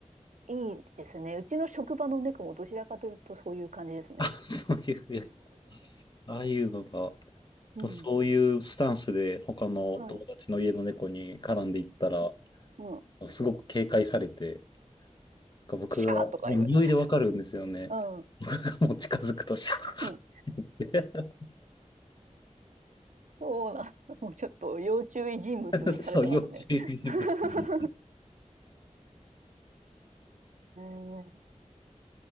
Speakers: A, on the right; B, on the left.
A: いいですね。うちの職場の猫もどちらかというとそういう感じですね。
B: あ、そういう、いやああいうのが、
A: うん。
B: でもそういうスタンスで他の友達の家の猫に絡んでいったら、
A: はい。うん。
B: すごく警戒されて、なんか僕が、
A: シャーとか言われ。
B: もう匂いでわかるんですよね。
A: うん。
B: 僕がもう近づくと、シャーって
A: うん。そうなんだ。もうちょっと要注意人物にされてますね。
B: <laughs> そう、要注意人物に。
A: <laughs> へえ